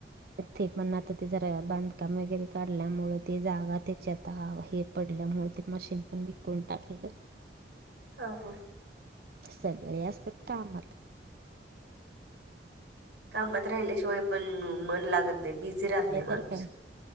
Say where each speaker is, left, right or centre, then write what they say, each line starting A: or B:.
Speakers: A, on the right; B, on the right.
A: ते पण आता ते जरा बांधकाम वगैरे काढल्यामुळे ते जागा त्याची आता हे पडल्यामुळे ते मशीन पण विकून टाकलं
B: हा हा
A: सगळे असतात कामात
B: कामात राहिल्याशिवाय पण मन लागत नाही बिझी राहत
A: नाही
B: माणूस
A: तरर काय